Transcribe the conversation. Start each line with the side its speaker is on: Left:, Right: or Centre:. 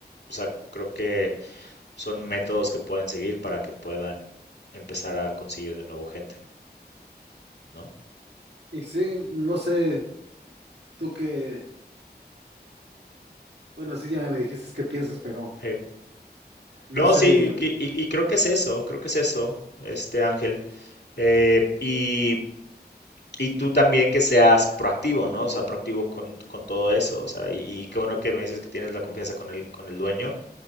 Left: O sea, creo que son métodos que pueden seguir para que puedan empezar a conseguir de nuevo gente, ¿no?
Right: Y sí, no sé, tú qué, bueno, sí, ya me dijiste qué piensas, pero
Left: Sí.
Right: no
Left: No,
Right: sé,
Left: sí, y, y- y creo que es eso, creo que es eso, este Ángel. Eh, y, y tú también que seas proactivo, ¿no? O sea, proactivo con, con todo eso. O sea, y, y qué bueno que me dices que tienes la confianza con el, con el dueño.